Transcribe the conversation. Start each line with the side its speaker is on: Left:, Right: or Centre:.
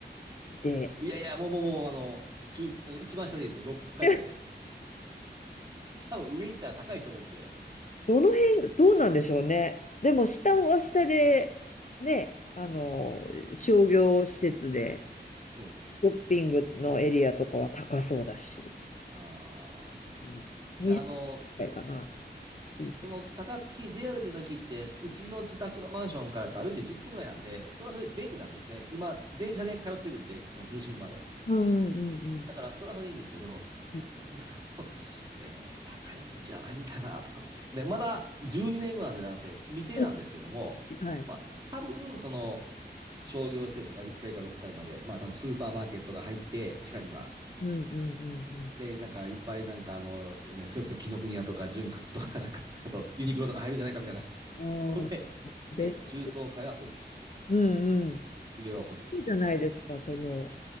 Left: で。
Right: いやいや、もうもうもう、あの、中、あの一番下でいいですよ。6回ぐらいで。
Left: <laughs>
Right: <laughs> 多分上行ったら高いと思うんで。
Left: どの辺、どうなんでしょうね。でも、下は下で、ね、あの、商業施設で、
Right: そうです、そうです。
Left: ショッピングのエリアとかは高そうだし、
Right: ああ。
Left: うん。
Right: いや、あの、
Left: くらいかな。いいか。
Right: その高槻、JR での駅って、うちの自宅のマンションからと歩いて10分ぐらいなんで、それはそれで便利なんですね。今、電車で通ってるんで、その中心まで。
Left: うんうんうん
Right: だから、それはそれでいいんですけど、そんな、
Left: うん。
Right: あの、ね、高いんじゃないかなとかって。で、まだ12年後なんで、男性、未定なんですけども、
Left: うんはい。
Right: まあ、多分、その、商業施設が1階か6階まで、まあ、多分スーパーマーケットが入って、地下には。
Left: うんうんうん
Right: で、なんか、いっぱい、なんか、あの、ね、それこそ紀ノ国屋とか、純駆とか、なんか、あと、ユニクロとか入るんじゃないかみたいな。<laughs>
Left: うん。
Right: ほんで、
Left: ああ、で、
Right: で、中層階はオフィス、
Left: そうんうん。
Right: 上はホテル。
Left: いいじゃないですか、その